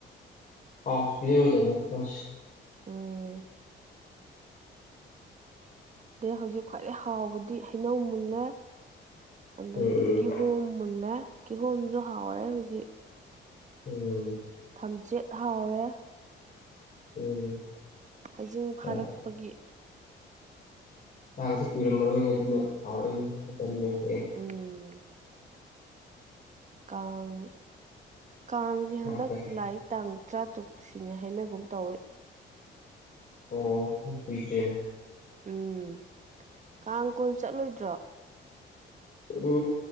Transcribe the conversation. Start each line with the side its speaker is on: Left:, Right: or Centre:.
Left: ꯍꯥꯎ ꯄꯖ ꯑꯣꯏꯣꯏꯗꯕꯅꯁꯤ
Right: ꯎꯝ ꯑꯗꯩ ꯍꯧꯖꯤꯛ ꯈ꯭ꯋꯥꯏꯗꯩ ꯍꯥꯎꯕꯗꯤ ꯍꯩꯅꯧ ꯃꯨꯜꯂꯦ ꯑꯗꯒꯤ
Left: ꯎꯝ ꯎꯝ
Right: ꯀꯤꯍꯣꯝ ꯃꯨꯜꯂꯦ ꯀꯤꯍꯣꯝꯁꯨ ꯍꯥꯎꯔꯦ ꯍꯧꯖꯤꯛ
Left: ꯎꯝ
Right: ꯊꯝꯆꯦꯠ ꯍꯥꯎꯔꯦ
Left: ꯎꯝ
Right: ꯍꯩꯖꯤꯡ
Left: ꯃꯥꯅꯤ
Right: ꯐꯥꯔꯛꯄꯒꯤ
Left: ꯆꯥꯡꯁꯤ ꯀꯨꯏꯔꯝꯃꯔꯣꯏꯅꯦ ꯑꯗꯨꯅ ꯍꯥꯎꯔꯛꯏꯅꯤ ꯃꯇꯝ ꯌꯧꯔꯛꯑꯦꯅꯦ
Right: ꯎꯝ ꯀꯥꯡ ꯀꯥꯡꯁꯦ
Left: ꯇꯥꯡ
Right: ꯍꯟꯗꯛ
Left: ꯇꯔꯦꯠ
Right: ꯂꯥꯛꯏ ꯇꯥꯡ ꯇꯔꯥꯇꯔꯨꯛ ꯁꯤꯅꯤ ꯍꯥꯏꯅꯒꯨꯝ ꯇꯧꯏꯦ
Left: ꯑꯣ ꯍ ꯀꯦꯅꯦ
Right: ꯎꯝ ꯀꯥꯡ ꯀꯣꯏꯕ ꯆꯠꯂꯣꯏꯗ꯭ꯔꯣ
Left: ꯎ